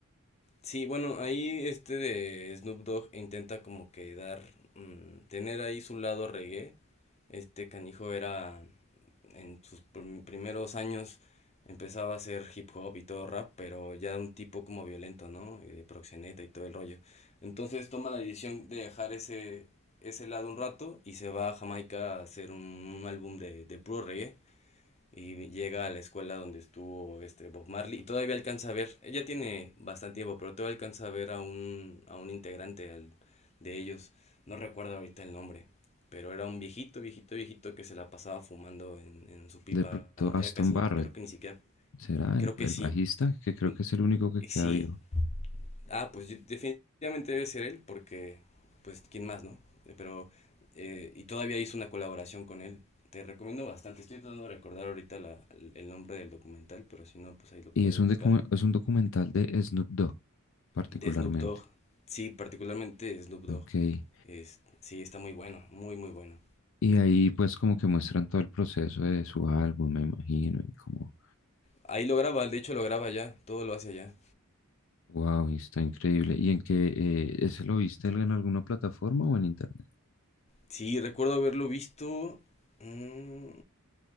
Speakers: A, on the left (about 30°); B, on the left (about 65°).
A: Sí, bueno, ahí este de Snoop Dogg intenta como que dar, mm, tener ahí su lado reggae. Este canijo era en sus primeros años empezaba a hacer hip hop y todo rap, pero ya un tipo como violento, ¿no? Y de proxeneta y todo el rollo. Entonces toma la decisión de dejar ese, ese lado un rato y se va a Jamaica a hacer un, un álbum de, de puro reggae y llega a la escuela donde estuvo este Bob Marley y todavía alcanza a ver, ella tiene bastante tiempo, pero todavía alcanza a ver a un, a un integrante al- de ellos, no recuerdo ahorita el nombre, pero era un viejito, viejito, viejito que se la pasaba fumando en, en su pipa,
B: de pronto
A: ¿no?
B: Aston
A: Ya casi,
B: Barrett,
A: creo que ni siquiera,
B: será
A: creo
B: el,
A: que
B: el
A: sí,
B: bajista, que creo
A: mm,
B: que es el único que queda
A: sí,
B: vivo.
A: Ah, pues yo- definitivamente debe ser él, porque, pues, ¿quién más, no? Eh, Pero, eh, y todavía hizo una colaboración con él. Te recomiendo bastante. Estoy tratando de recordar ahorita la- el nombre del documental, pero si no, pues ahí lo puedes
B: Y es un,
A: buscar.
B: docu- es un documental de Snoop Dogg, particularmente.
A: De Snoop Dogg. Sí, particularmente Snoop Dogg.
B: Ok.
A: Es, sí, está muy bueno, muy, muy bueno.
B: Y ahí pues como que muestran todo el proceso de su álbum, me imagino, y como,
A: Ahí lo graba, de hecho lo graba allá, todo lo hace allá.
B: wow, está increíble. ¿Y en qué, eh, ese lo viste en alguna plataforma o en internet?
A: Sí, recuerdo haberlo visto. mm,